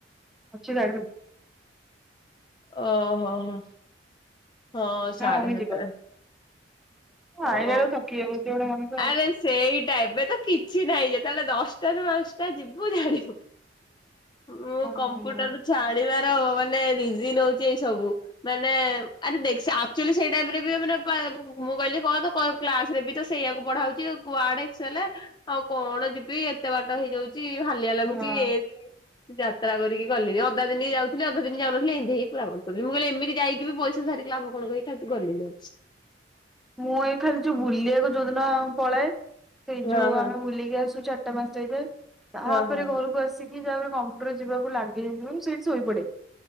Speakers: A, in the centre; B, on the left.
A: ଅଛି ଗା
B: ଓମ ହଁ ହଁ ସାରେ
A: ହଁ ଆମେ ଯିବା
B: ତ ଓ
A: ଆଇଲା ବେଳକୁ ଥକି ଯାଉଛି ଗୋଟେ ମଣିଷ
B: ଆରେ ସେଇଟାଇପରେ ତ କିଛି ନାହିଁ ଯେ ତାହେଲେ ଦଶଟାାରୁ ପାଞ୍ଚଟା ଯିବୁ ଛାଡିବୁ ମୁଁ
A: ଆଉ।
B: କମ୍ପ୍ୟୁଟରୁ ଛାଣିବାର ତ ମାନେ ନିଜ ନଉଛି ଏଇ ସବୁ ମାନେ ଆଚୁ ସେଇ ଟାଇରୋନେ ମୁଁ କହିଲି। କହ ତ କ୍ଲାସ ରେ ବି ତ ସେଇଆକୁ ପଢା ହଉଛି କୁଆଡେ ଏସ ଆଉ କଣ ଯିବି ଏତେ ବାଟ ହେଇଯାଉଛି। ଭାଲିଆ ଲାଗୁଚ
A: ହଁ।
B: ଏ ଯାତ୍ରା କରିକି ଗଲିଣିି ଅଧା ଦିନ ଯାଉଥିଲି ଅଧା ଦିନ ଯାଉନଥିଲଥିଲେ ଏମିତି ହେି ପୁରା ମନ କରଲି ମୁଁ କିଲି ଏମିତି ଯାଇକି ବି ପଇସା ସାରିକିା ଆ କଣ କି ତା ଗଲିି ଆଉ।
A: ମୁଁ ଏଇ ଖାଲି ଯୋଉ ଭୁଲି ଏକ ଯୋଉଦିନ ପଳଏ ସେଇ
B: ହଁ
A: ଯୋଉ
B: ହଁ
A: ଆମେ ବୁଲିିକି ଆସୁ ଚଟ ମାସ ସେକା ତାପରେ
B: ହଁ ହଁ
A: ଘରକୁ ଆସିକି ିାବରେ କମ୍ପ୍ୟୁଟର ଯିବାକୁ ଲାଗି ସେଇଠି ଶୋଇପଡେ